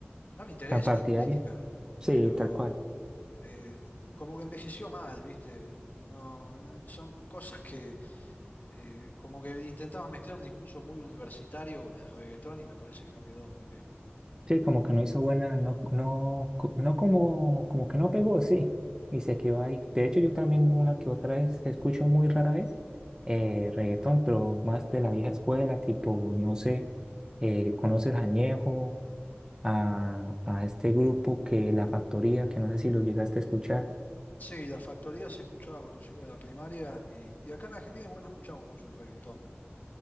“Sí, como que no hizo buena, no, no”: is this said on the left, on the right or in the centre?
Right